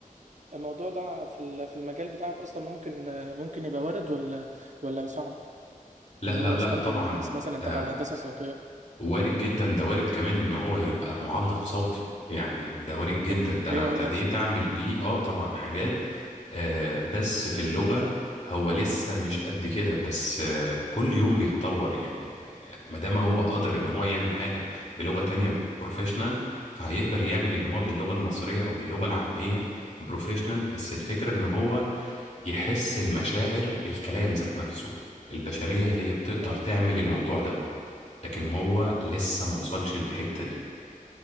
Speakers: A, on the right; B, on the left.
A: الموضوع ده في ال- في المجال بتاعك اصلا ممكن ممكن يبقى وارد ولا ولا صعب
B: لا
A: ان
B: لا
A: هو يستبدل
B: لا طبعا
A: ناس مثلا
B: ده
A: تبع الهندسه الصوتيه
B: وارد جدا ده وارد كمان ان هو يبقى معلق صوتي يعني ده وارد جدا
A: ال
B: ده انا
A: AI
B: ابتديت
A: نفسه
B: اعمل بيه اه طبعا حاجات آه بس في اللغه هو لسه مش قد كده بس آه كل يوم بيتطور يعني ما دام هو قدر ان هو يعمل حاجه بلغه تانية بروفيشنال فهيقدر يعمل ان هو باللغه المصريه او باللغه العاميه بروفيشنال بس الفكره ان هو يحس المشاعر الكلام ذات نفسه البشرية هي بتقدر
A: اه
B: تعمل الموضوع دوت لكن هو لسه ما وصلش للحتة دي